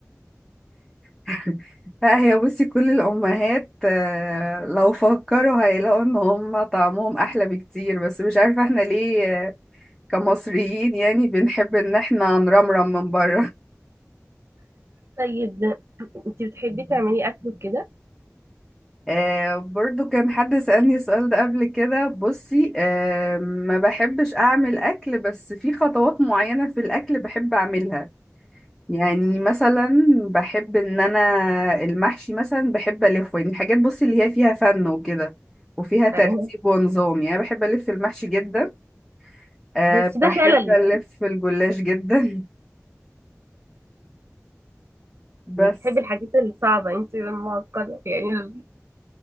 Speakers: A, in the centre; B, on the right.
A: <laughs> لا هي بصي كل الامهات آه، لو فكروا هيلاقوا ان هم طعمهم احلى بكتير بس مش عارفة احنا ليه آه، كمصريين يعني بنحب ان احنا نرمرم من بره <laughs>
B: طيب انت بتحبي تعملي اكل كده
A: آه برضو كان حد سألني السؤال ده قبل كده بصي آه ما بحبش اعمل اكل بس في خطوات معينة في الاكل بحب اعملها يعني مثلا بحب ان انا المحشي مثلا بحب الفه يعني حاجات بصي اللي هي فيها فن وكده وفيها ترتيب
B: يعني
A: ونظام يعني أنا بحب الف المحشي جدا أه
B: بس ده
A: بحب
B: شلل
A: الف
B: يعني
A: الجلاش جدا <laughs> بس
B: بتحبي الحاجات الصعبة انت المعقدة يعني